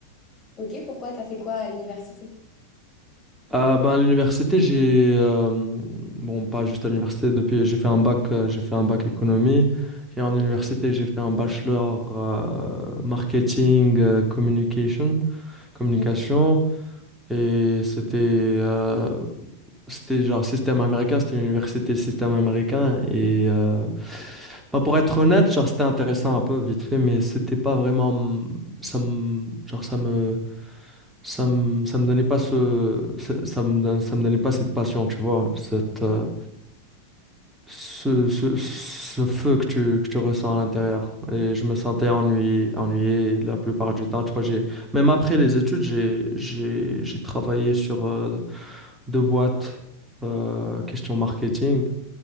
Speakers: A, on the left; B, in the centre.
A: Ok, pourquoi? T'as fait quoi à l'université?
B: Euh, ben, à l'université, j'ai. euh, bon, pas juste à l'université, depuis, j'ai fait un bac, euh, j'ai fait un bac économie. Et en
A: Ok,
B: université, j'ai fait un bachelor euh, marketing, euh, communication, communication.
A: ok.
B: Et c'était euh, c'était genre système américain, c'était une université système américain. Et euh, bah, pour être honnête, genre c'était intéressant un peu vite fait, mais c'était pas vraiment m- ça me genre ça me ça me ça me donnait pas ce ça, ça me don- ça me donnait pas cette passion, tu vois, cette euh, ce, ce, ce feu que tu, que tu ressens à l'intérieur. Et je me sentais ennuyé, ennuyé la plupart du temps. Tu vois, j'ai, même après les études, j'ai, j'ai, j'ai travaillé sur euh, de- deux boîtes euh, question marketing.